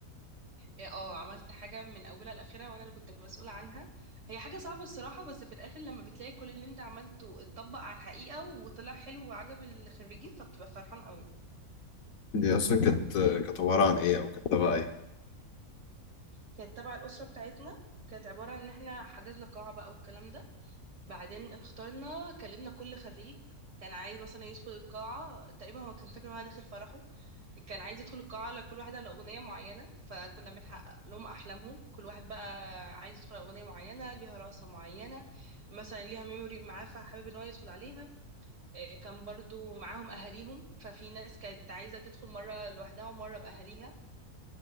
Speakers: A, on the right; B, on the left.
A: إيه، اه عملت حاجة من أولها لآخرها وأنا اللي كنت مسؤولة عنها هي حاجة صعبة الصراحة بس في الآخر لما بتلاقي كل اللي أنت عملته اتطبق على الحقيقة وطلع حلو وعجب الخريجين فبتبقى فرحان قوي
B: دي أصلا كانت كانت عبارة عن إيه أو كانت تبع إيه؟
A: كانت تبع الأسرة بتاعتنا كانت عبارة إن احنا حجزنا قاعة بقى والكلام ده بعدين اخترنا كلمنا كل خريج كان عايز مثلا يدخل القاعة تقريبا هو كان فاكر ان هو داخل فرحه كان عايز يدخل القاعة على كل واحد على أغنية معينة فكنا بنحقق لهم أحلامهم كل واحد بقى عايز يدخل على أغنية معينة ليها رقصة معينة مثلا ليها ميموري معاه فحابب ان هو يدخل عليها إيه، كان برضو معاهم أهاليهم ففي ناس كانت عايزة تدخل مرة لوحدها ومرة بأهاليها